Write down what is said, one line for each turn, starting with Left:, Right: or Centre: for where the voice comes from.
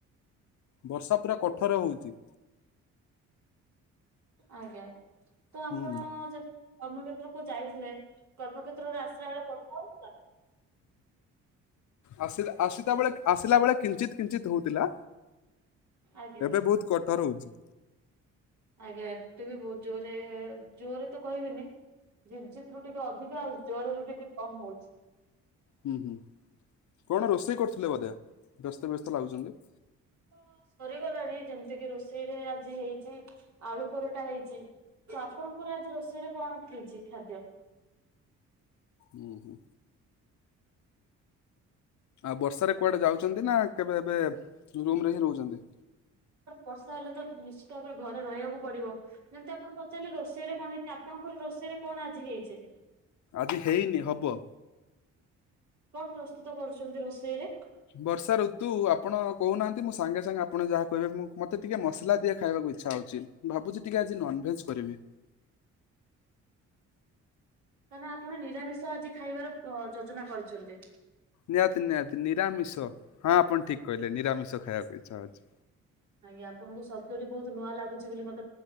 Left: ବର୍ଷା ପୁରା କଠୋର ହଉଚି।
Right: ଆଜ୍ଞା ତ ଆପଣ
Left: ହୁଁ
Right: ଜ କର୍ମକ୍ଷେତ୍ରକୁୁ ଯାଇଥିଲେ କର୍ମକ୍ଷେତ୍ରରୁ ଆସିଲା ବେଳେ ବର୍ଷା ହଉଥିଲା?
Left: ଆସ ଆସିଲା ବେଳେ ଆସିଲା ବେଳେ କିଞ୍ଚିତ କିଞ୍ଚିତ ହଉଥିଲା।
Right: ଆଜ୍ଞା
Left: ଏବେ ବହୁତ କଠୋର ହହୁଚି।
Right: ଆଜ୍ଞା ଏପଟେ ବି ବହୁତ ଜୋରରେ ଜୋରେ ତ କହିବିନି ଝିପି ଝିପି ରୁ ଟିକେ ଅଧିକା ଆଉ ଜୋର ରୁ ଟିକେ କମ୍ ହଉଚି।
Left: ହୁଁ ହୁଁ କଣ ରୋଷେଇ କରୁଥିଲେ ବଧେ ବ୍ୟସ୍ତ ବ୍ୟସ୍ତ ଲାଗୁଚନ୍ତି?
Right: ହଁ ସରିଗଲାଣି ଯେମିତି କିି ରୋଷେଇ ରେ ଆଜି ହେଇଚି ଆଳୁ ପରଟା ହେଇଚି। ତ ଆପଣଙ୍କର ଆଜି ରୋଷେଇରେ କଣ ହେଇଚି ଖାଦ୍ୟ?
Left: ହୁଁ ହୁଁ। ଆଉ ବର୍ଷାରେ କୁଆଡେ ଯାଉଚନ୍ତି ନା କେବେ ଏବେ ରୁମ୍ ରେ ହିଁ ରହୁଚନ୍ତି?
Right: ବର୍ଷା ହେଲେ ତ ନିଶ୍ଚିତ ଭାବରେ ଘରେ ରହିବାକୁ ପଡିବ ଯେମିତି ଆପଣ ପଚାରିଲେ ରୋଷେଇରେ କଣ ହେଇଚି ଆପଣ ଙ୍କର ରୋଷେଇରେ କଣ ଆଜି ହେଇଚି?
Left: ଆଜି ହେଇନି ହବ
Right: କଣ ପ୍ରସ୍ତୁତ କରୁଛନ୍ତି ରୋଷେଇରେ?
Left: ବର୍ଷା ଋତୁ ଆପଣ କହୁନାହାନ୍ତି ମୁଁ ସାଙ୍ଗେ ସାଙ୍ଗେ ଆପଣ ଯାହା କହିବେ ମୁଁ ମତେ ଟିକେ ମସଲା ଦିଆ ଖାଇବାକୁ ଇଛା ହଉଛି ଭାବୁଛି ଟିକେ ଆଜି ନନଭେଜ କରିବି।
Right: ତାହାଲେ ଆପଣ ନିରାମିଷ ଆଜି ଖାଇବାର ପ ଯୋଜନା କରିଚନ୍ତି।
Left: ନିହାତି ନିହାତି ନିରାମିଷ ହଁ ଆପଣ ଠିକ କହିଲେ ନିରାମିଷ ଖାଇବାକୁ ଇଚ୍ଛା ଅଛି।
Right: ଆଜ୍ଞା ଆପଣଙ୍କୁ ଶବ୍ଦ ଟି ବହୁତ ନୂଆ ଲାଗୁଚି ବୋଲି ମତ